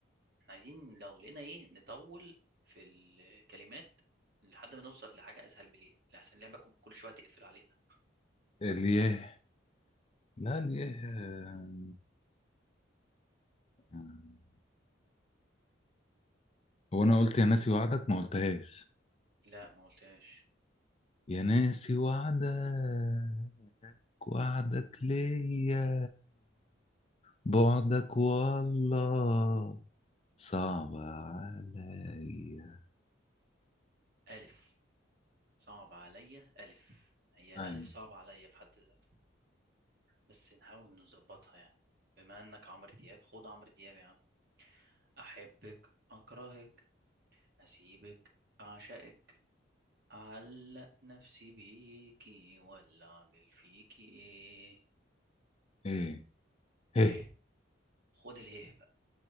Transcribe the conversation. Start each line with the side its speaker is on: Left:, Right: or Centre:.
Right: عايزين لو لقينا ايه نطول في الكلمات لحد ما نوصل لحاجة اسهل من ايه لحسن اللعبة ك- كل شوية تقفل علينا
Left: الياه لا الياه آه. آه. هو انا قلت يا ناسي وعدك ما قلتهاش
Right: لا ما قلتهاش
Left: يا ناسي وعدك وعدك ليا بعدك والله صعب عليا
Right: ألف صعب عليا ألف هي الألف
Left: هاي
Right: صعب عليا في حد ذاتها بس نحاول نظبطها يعني بما إنك عمرو دياب خد عمرو دياب يا عم أحبك أكرهك أسيبك أعشقك أعلق نفسي بيكي ولا أعمل فيكي إيه
Left: ايه ايه
Right: هه خد اله